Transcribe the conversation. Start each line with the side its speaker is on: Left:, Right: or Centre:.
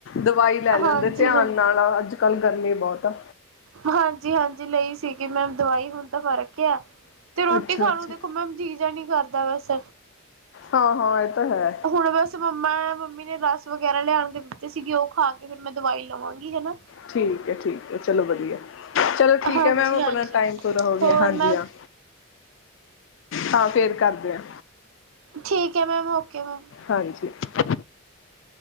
Left: ਦਵਾਈ ਲੈ ਲੈਂਦੇ
Right: ਹਾਂਜੀ
Left: ਧਿਆਨ
Right: ਹਾਂ।
Left: ਨਾਲ ਅੱਜ ਕੱਲ੍ਹ ਗਰਮੀ ਬਹੁਤ ਆ।
Right: ਹਾਂਜੀ ਹਾਂਜੀ ਲਈ ਸੀਗੀ ਮੈਮ ਦਵਾਈ ਹੁਣ ਤਾਂ ਫਰਕ ਆ ਤੇ ਰੋਟੀ
Left: ਅੱਛਾ
Right: ਖਾਣ
Left: ਅੱਛਾ
Right: ਨੂੰ ਦੇਖੋ ਮੈਮ ਜੀਅ ਜਾ ਨੀ ਕਰਦਾ ਬਸ।
Left: ਹਾਂ ਹਾਂ ਇਹ ਤਾਂ ਹੈ।
Right: ਹੁਣ ਬਸ ਮੰਮਾ ਮੰਮੀ ਨੇ ਰਸ ਵਗੈਰਾ ਲਿਆਣ ਕੇ ਦਿੱਤੇ ਸੀਗੇ ਉਹ ਖਾ- ਤੇ ਫ਼ਿਰ ਮੈਂ ਦਵਾਈ ਲਵਾਂਗੀ ਹਨਾ।
Left: ਠੀਕ ਐ ਠੀਕ ਐ ਚਲੋ ਵਧੀਆ। ਚਲੋ ਠੀਕ
Right: ਹਾਂਜੀ
Left: ਐ ਮੈਮ ਆਪਣਾ
Right: ਹਾਂਜੀ
Left: ਟਾਈਮ ਪੂਰਾ ਹੋ ਗਿਆ,
Right: ਹੋਰ
Left: ਹਾਂਜੀ
Right: ਮੈਮ
Left: ਹਾਂ ਤਾਂ ਫੇਰ ਕਰਦੇ ਆ।
Right: ਠੀਕ ਐ ਮੈਮ ਓਕੇ ਮੈਮ।
Left: ਹਾਂਜੀ।